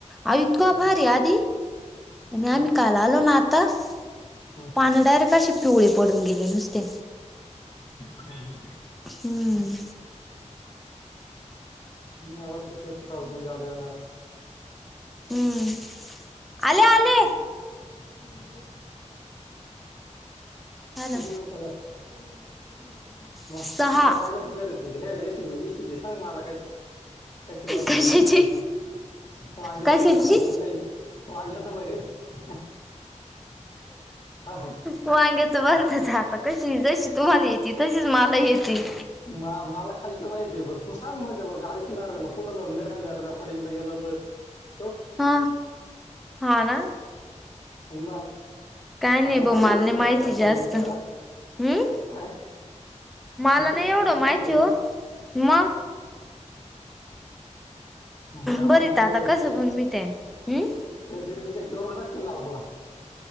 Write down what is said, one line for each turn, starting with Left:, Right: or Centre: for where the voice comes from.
Centre: आ इतकं
Left: हम्म,
Centre: भारी आधी आणि
Left: हम्म,
Centre: आम्ही काल आलो ना आता
Left: हम्म,
Centre: पान डायरेक्ट अशी पिवळे पडून गेले नुसते.
Left: हम्म.
Centre: हम्म.
Left: या वर्षी तेच प्रॉब्लेम ज्यादा येणार.
Centre: हम्म आले आले.
Left: <unintelligible>
Centre: हा ना
Left: किती मिनटं झाले. मग
Centre: सहा
Left: वांग्याच बर त काय रेसिबी बेसिबी सांग मला काही. कशी बनवायची,
Centre: कशाची
Left: कशी खायची? वांग्याशी
Centre: कशाची
Left: भर तशी काही वांग्याच भरीत. हा हा.
Centre: वांग्याच भरताच
Left: असं
Centre: आता कशी, जशी तुम्हाले येती तशीच मला येती.
Left: मा माला खायचं माहिती बंग तू पण सांग म्हणजे बघा ऐकणारला पुढं जाऊन लेखन द्या रेकॉर्डिंगला गेलो बंग. <inaudible>
Centre: हा हाना.
Left: <unintelligible>
Centre: काय
Left: आता
Centre: नाही
Left: माझी
Centre: ब मालने
Left: येईल
Centre: माहिती
Left: पाय रेकॉर्डिंगचं
Centre: जास्त हंम.
Left: काय
Centre: मला
Left: मग तुला
Centre: नाही एवढं
Left: खायचंच
Centre: माहिती
Left: आहे
Centre: ओ. मग
Left: मग आता
Centre: बरीत
Left: जे
Centre: कसं
Left: <unintelligible>
Centre: पण मी ते हम्म
Left: त्याचे रिजेक्ट करून टाकतील ना अपला